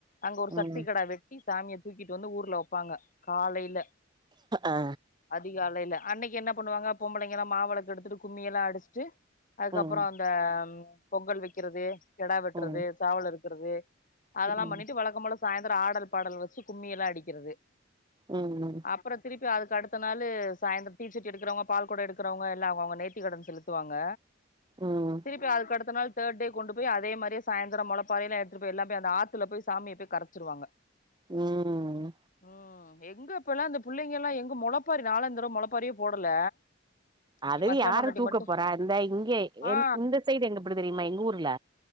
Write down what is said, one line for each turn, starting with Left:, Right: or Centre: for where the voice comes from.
Left: அங்க ஒரு சக்தி
Right: ம்
Left: கெடாவை வெட்டி சாமிய தூக்கிட்டு வந்து ஊர்ல வைப்பாங்க காலையில
Right: ஆ
Left: அதிகாலையில அன்னைக்கு என்ன பண்ணுவாங்க பொம்பளைங் இங்கெல்லா மாவிளக்கு எடுத்துட்டு கும்மிய எல்லா அடிச்சிட்டு அதுக்கு
Right: ம்
Left: அப்புறோ அந்த பொங்கல் வைக்கிறது கெடா வெட்றது
Right: ம்
Left: சேவல் அறுக் இருக்கது அதெல்லா
Right: ம்
Left: பண்ணிட்டு வழக்க போல சாயந்தரம் ஆடல் பாடல் வச்சு கும்மிய எல்லா அடிக்கிறது
Right: ம்
Left: அப்புறோ திருப்பி அதுக் கடுத்த நாளு சாயந்தரம் தீச்சட்டி எக்கிறவங்க பால்குடோ எடுக்கிறவங்க எல்லா அவ அவங்க நேத்திக்க கடன் செலுத்துவாங்க
Right: ம்
Left: திருப்பி அதுக்கு அடுத்த நாள் தேர்ட்டேண்டு போய் அதே மாரியே சாயந்திரம் முலைப்பறையில எடுத்து போய் எல்லா போய் அந்த ஆத்துல போய் சாமிய போய் கரைச்சிருவாங்க
Right: ம்
Left: ம் எங்க இப்ப எல்லா இந்த பிள்ளைங்க எல்லா எங்க முளைப்பாரி நாலா இந்த தடவை ம முளைப்பாரியே போடல
Right: அதுவே
Left: எ மச்சா
Right: யாரும்
Left: பொண்டாட்டி
Right: தூக்க
Left: மட்டு
Right: போறா இந்த இங்க
Left: ஆ
Right: இந்த சைடு எங்க பிடி தெரியுமா எங்க ஊர்ல